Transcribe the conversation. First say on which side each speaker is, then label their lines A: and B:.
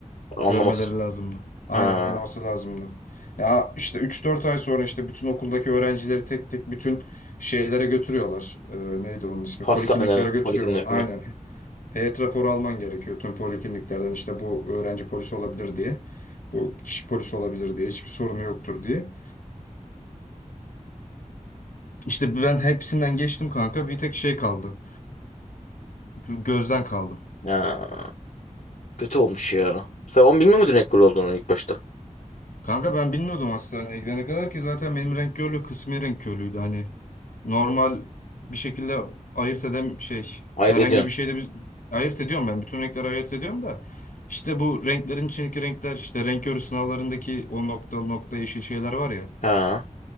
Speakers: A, on the left (about 65°); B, on the left (about 80°).
A: Anlamaz.
B: Görmeleri lazımdı. Aynen
A: Ha.
B: anlaması lazımdı. Ya işte üç dört ay sonra işte bütün okuldaki öğrencileri tek tek bütün şeylere götürüyorlar. Eee, neydi onun ismi?
A: Hastaneler,
B: Polikliniklere götürüyorlar.
A: poliklinler
B: Aynen.
A: falan.
B: Heyet raporu alman gerekiyor tüm polikliniklerden işte bu öğrenci polisi olabilir diye. Bu kişi polisi olabilir diye. Hiçbir sorunu yoktur diye. İşte ben hepsinden geçtim kanka. Bir tek şey kaldı. Gözden kaldım.
A: Ya, kötü olmuş ya. Sen onu bilmiyor muydun ekol olduğunu ilk başta?
B: Kanka ben bilmiyordum hastaneye gidene kadar ki zaten benim renk körlüğü kısmi renk körlüğüydü. Hani normal bir şekilde ayırt edem şey
A: Ayırt
B: herhangi
A: ediyorsun.
B: bir şeyde bir ayırt ediyorum ben. Bütün renkleri ayırt ediyorum da işte bu renklerin içindeki renkler işte renk körü sınavlarındaki o noktalı nokta yeşil şeyler var ya.
A: Ha.